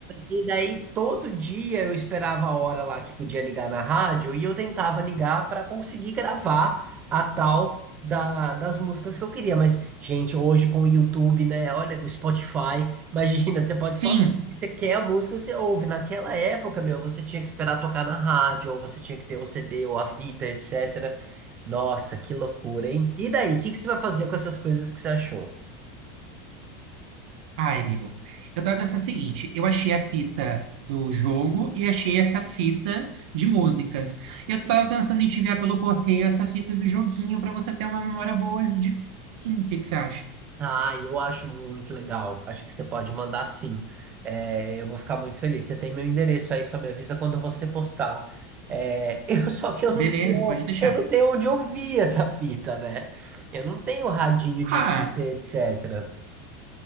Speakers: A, on the right; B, on the right.
A: E daí todo dia eu esperava a hora lá que podia ligar na rádio e eu tentava ligar para conseguir gravar a tal da, das músicas que eu queria. Mas, gente, hoje com o YouTube, né? Olha, o Spotify, <laughs> imagina, você pode
B: <laughs> Sim.
A: só. Você quer a música, você ouve. Naquela época, meu, você tinha que esperar tocar na rádio, ou você tinha que ter o CD ou a fita, etc. Nossa, que loucura, hein? E daí, o que que você vai fazer com essas coisas que você achou?
B: Ai, amigo. Eu tava pensando o seguinte, eu achei a fita do jogo e achei essa fita de músicas. Eu tava pensando em te enviar pelo correio essa fita do joguinho pra você ter uma memória boa de mim. O que que você acha?
A: Ah, eu acho muito legal. Acho que você pode mandar sim. É, eu vou ficar muito feliz. Você tem meu endereço aí, só me avisa quando você postar. É, <laughs> eu só que eu não
B: Beleza,
A: tenho,
B: pode deixar.
A: eu não tenho onde ouvir essa fita, né? Eu não tenho radinho de
B: Ah,
A: fita, etc.